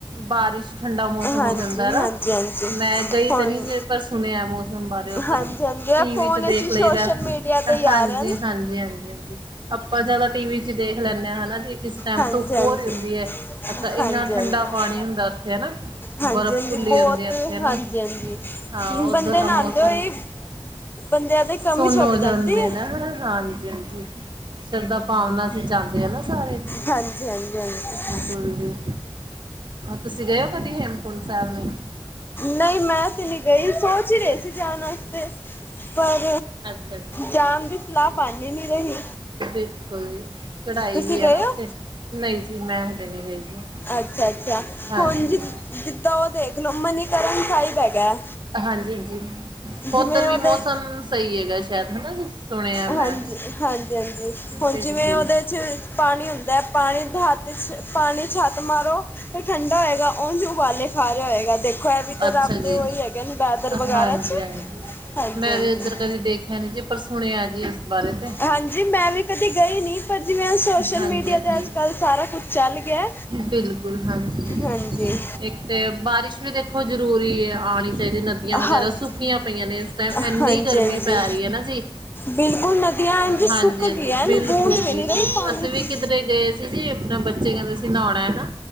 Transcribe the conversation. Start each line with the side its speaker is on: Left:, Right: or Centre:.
Right: ਬਾਰਿਸ਼ ਠੰਡਾ ਮੌਸਮ
Left: ਹਾਂਜੀ
Right: ਹੋ ਜਾਂਦਾ ਹਨਾ
Left: ਹਾਂਜੀ ਹਾਂਜੀ।
Right: ਮੈਂ ਗਈ
Left: ਹੁਣ
Right: ਤਾਂ ਨਹੀਂ ਸੀ ਪਰ ਸੁਣਿਆ ਮੌਸਮ ਬਾਰੇ ਤੇ ਉਧਰ,
Left: ਹਾਂਜੀ ਹਾਂਜੀ ਇਹ
Right: ਟੀਵੀ
Left: ਫੋਨ
Right: ਚ
Left: ਵਿੱਚ
Right: ਦੇਖ ਲਈ
Left: ਸੋਸ਼ਲ
Right: ਦਾ
Left: ਮੀਡੀਆ ਤੇ ਹੀ
Right: ਹਾਂਜੀ-
Left: ਆ ਰਹੇ ਹਨ।
Right: ਹਾਂਜੀ -ਹਾਂਜੀ। ਆਪਾਂ ਜਿਆਦਾ ਟੀ ਵੀ ਚ ਦੇਖ ਲੈਂਦੇ ਹਾਂ ਹਨਾ ਜੀ ਕਿਸ
Left: ਹਾਂਜੀ
Right: ਧੁੱਪ
Left: ਹਾਂਜੀ
Right: ਹੋ ਰਹੀ ਹੁੰਦੀ ਹੈ, ਅੱਛਾ
Left: ਹਾਂਜੀ
Right: ਇੰਨਾ ਠੰਡਾ
Left: ਹਾਂਜੀ।
Right: ਪਾਣੀ ਹੁੰਦਾ ਉੱਥੇ ਹਨਾ
Left: ਹਾਂਜੀ
Right: ਬਰਫ਼
Left: ਹਾਂਜੀ
Right: ਭੁੱਲੀ
Left: ਬਹੁਤ
Right: ਹੁੰਦੀ ਹੈ ਇੱਥੇ ਹਨਾ,
Left: ਹਾਂਜੀ ਹਾਂਜੀ।
Right: ਹਾਂ ਉਧਰ
Left: ਬੰਦੇ
Right: ਦਾ
Left: ਨਹਾਉਂਦੇ
Right: ਮੌਸਮ
Left: ਹੋਏ ਬੰਦਿਆਂ ਤੇ ਕਮੀ
Right: ਸੁੰਨ
Left: ਛੁੱਟ
Right: ਹੋ
Left: ਜਾਂਦੀ
Right: ਜਾਂਦੇ
Left: ਹੈ
Right: ਨੇ ਹਨਾ ਹਾਂਜੀ- ਹਾਂਜੀ। ਸ਼ਰਧਾ ਭਾਵਨਾ ਅਸੀਂ ਜਾਂਦੇ ਹਾਂ ਨਾ ਸਾਰੇ
Left: ਹਾਂਜੀ- ਹਾਂਜੀ -ਹਾਂਜੀ।
Right: ਹਾਂਜੀ, ਤੁਸੀਂ ਗਏ ਹੋ ਕਦੀ ਹੇਮਕੁੰਡ ਸਾਹਿਬ ਨੇ
Left: ਨਹੀਂ ਮੈਂ ਤਾਂ ਨਹੀਂ ਗਈ, ਸੋਚ ਹੀ ਰਹੀ
Right: ਅੱਛਾ
Left: ਸੀ ਜਾਣ ਵਾਸਤੇ, ਪਰ
Right: ਅੱਛਾ ਜੀ
Left: ਜਾਣ ਦੀ ਸਲਾਹ ਬਣ ਨੀ ਰਹੀ
Right: ਬਿਲਕੁਲ ਜੀ ਚੜਾਈ
Left: ਤੁਸੀਂ
Right: ਵੀ
Left: ਗਏ
Right: ਹੈ ਨਾ ਉੱਥੇ,
Left: ਹੋ
Right: ਨਹੀਂ ਜੀ ਮੈਂ ਤੇ ਨੀ ਗਈ ਜੀ
Left: ਅੱਛਾ- ਅੱਛਾ
Right: ਹਾਂਜੀ
Left: ਹੁਣ ਜ ਜਿੱਦਾਂ ਉਹ ਦੇਖ ਲੋ ਮਨੀਕਰਨ ਸਾਹਿਬ ਹੈਗਾ
Right: ਹਾਂਜੀ -ਹਾਂਜੀ
Left: ਜਿਵੇਂ
Right: ਉਧਰ ਵੀ
Left: ਉਹਦੇ
Right: ਮੌਸਮ ਸਹੀ ਹੈਗਾ ਸ਼ਾਇਦ ਹਨਾ ਜੀ ਸੁਣਿਆ ਮੈਂ
Left: ਹਾਂਜੀ -ਹਾਂਜੀ- ਹਾਂਜੀ ਹੁਣ
Right: ਬਿਲਕੁਲ
Left: ਜਿਵੇਂ ਉਹਦੇ ਚ ਪਾਣੀ ਹੁੰਦਾ, ਪਾਣੀ ਹੱਥ 'ਚ ਪਾਣੀ 'ਚ ਹੱਥ ਮਾਰੋ ਫਿਰ ਠੰਡਾ ਹੋਏਗਾ ਉਂਝ ਉਬਾਲੇ ਖਾ ਰਿਹਾ ਹੋਏਗਾ ਦੇਖ ਖ ਵੀ ਤੇ
Right: ਅੱਛਾ
Left: ਰੱਬ ਦੇ
Right: ਜੀ
Left: ਹੋ ਹੀ ਹੈਗੇ ਨੇ ਵੈਦਰ ਵਗੈਰਾ
Right: ਹਾਂਜੀ
Left: ਚ <unintelligible>
Right: ਹਾਂਜੀ ਮੈਂ
Left: ਹਾਂਜੀ,
Right: ਵੀ ਇੱਧਰ ਕਦੀ ਦੇਖਿਆ ਨੀ ਜੀ ਪਰ ਸੁਣਿਆ ਜੀ ਉਸ ਬਾਰੇ ਤੇ
Left: ਹਾਂਜੀ, ਮੈਂ ਵੀ ਕਦੇ ਗਈ ਨੀ ਪਰ ਜਿਵੇਂ ਸੋਸ਼ਲ
Right: ਹਾਂਜੀ
Left: ਮੀਡੀਆ
Right: ਹਾਂਜੀ
Left: ਤੇ ਅੱਜ ਕੱਲ੍ਹ ਸਾਰਾ ਕੁਛ ਚੱਲ ਗਿਆ
Right: ਬਿਲਕੁਲ ਹਾਂਜੀ
Left: ਹਾਂਜੀ,
Right: ਇੱਕ ਤੇ ਬਾਰਿਸ਼ ਵੀ ਦੇਖੋ ਜ਼ਰੂਰੀ ਹੈ ਆਉਣੀ ਚਾਹੀਦੀ ਨਦੀ ਨਦੀਆਂ ਵਗੈਰਾ
Left: ਹਾਂਜੀ,
Right: ਸੁੱਕੀਆਂ ਪਈਆਂ ਨੇ ਇਸ ਟਾਈਮ ਇੰਨੀ
Left: ਹਾਂਜੀ,
Right: ਗਰਮੀ
Left: ਹਾਂਜੀ
Right: ਪੈ ਰਹੀ ਹੈ ਨਾ ਜੀ।
Left: ਬਿਲਕੁਲ ਨਦੀਆਂ ਇੰਝ
Right: ਹਾਂਜੀ
Left: ਸੁੱਕ ਗਈਆਂ
Right: ਹਾਂਜੀ ਬਿਲਕੁਲ
Left: ਬੂੰਦ
Right: ਜੀ
Left: ਵੀ ਨਹੀਂ ਰਹੀ ਪਾਣੀ
Right: ਅਸੀਂ
Left: ਦੀ
Right: ਵੀ ਕਿਧਰੇ ਗਏ ਸੀ ਜੀ ਆਪਣੇ ਬੱਚੇ ਕਹਿੰਦੇ ਸੀ ਨਹਾਉਣਾ ਹੈ ਨਾ